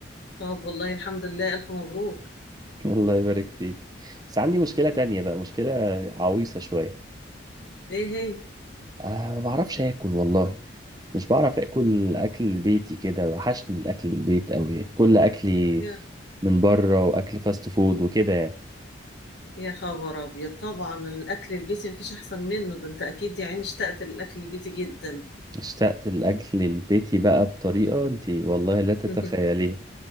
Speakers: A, on the left; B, on the right.
A: طب والله الحمد لله الف مبروك
B: <laughs> الله يبارك فيك بس عندي مشكله تانية بقى مشكله عويصه شويه
A: ايه هي
B: أه ما بعرفش اكل والله مش بعرف اكل اكل بيتي كده وحشني الاكل البيت قوي كل اكلي
A: يا
B: من بره واكل فاست فود وكده يعني
A: يا خبر ابيض طبعا الاكل البيتي مفيش احسن منه ده انت اكيد يا عيني اشتقت للاكل البيتي جدا
B: اشتقت الأكل البيتي بقى بطريقة انتي والله لا تتخيليها
A: <laughs>